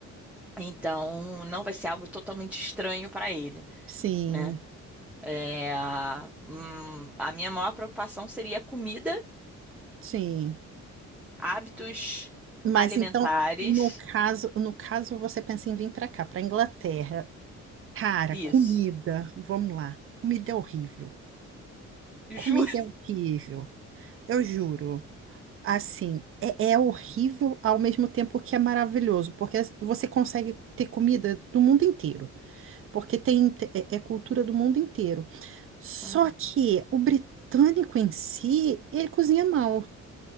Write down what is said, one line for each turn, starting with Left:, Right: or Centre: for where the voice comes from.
Centre: Então, não vai ser algo totalmente estranho para ele,
Right: Sim.
Centre: né? É, hum, a minha maior preocupação seria comida,
Right: Sim.
Centre: hábitos
Right: Mas
Centre: alimentares.
Right: então, no caso, no caso você pensa em vir para cá, para Inglaterra. Cara,
Centre: Isso.
Right: comida, vamos lá. Comida é horrível.
Centre: Juro.
Right: Comida é horrível. Eu juro. Assim, é, é horrível ao mesmo tempo que é maravilhoso, porque você consegue ter comida do mundo inteiro, porque tem é, é cultura do mundo inteiro. Só
Centre: Uhum.
Right: que o britânico em si, ele cozinha mal.